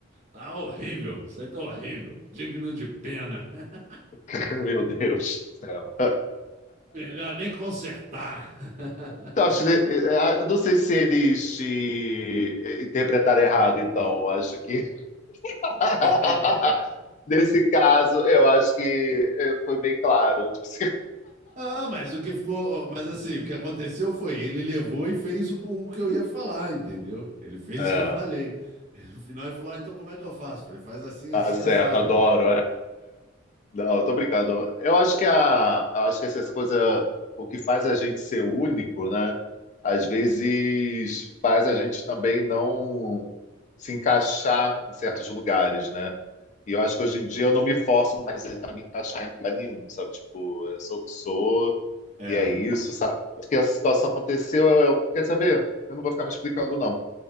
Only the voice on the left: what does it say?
<laughs> Meu Deus do céu. <laughs>
Então, acho, que, eh, eh, não sei se eles te eh, interpretaram errado, então. Eu Acho que. <laughs>
Nesse caso, eu acho que eh, foi bem claro. Tipo,
<laughs> é,
tá
certo,
adoro.
Não, eu tô brincando. Eu acho que a, eu acho que assim, essa coisa, o que faz a gente ser único, né? Às vezes faz a gente também não se encaixar em certos lugares, né? E eu acho que hoje em dia eu não me forço mais a me encaixar em lugar nenhum, sabe? Tipo, eu sou o que sou
e é isso, sabe? Porque a situação aconteceu, eu, eu quer saber? Eu não vou ficar me explicando, não.